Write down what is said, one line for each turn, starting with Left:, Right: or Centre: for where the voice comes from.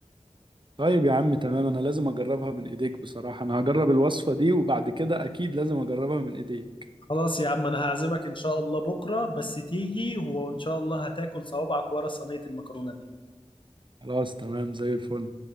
Right: طيب يا عم تمام انا لازم اجربها من ايديك بصراحة انا هجرب الوصفة دي وبعد كده اكيد لازم اجربها من ايديك
Left: خلاص يا عم انا هعزمك ان شاء الله بكره بس تيجي وان شاء الله هتاكل صوابعك ورا صينيه المكرونه دي
Right: خلاص تمام زي الفل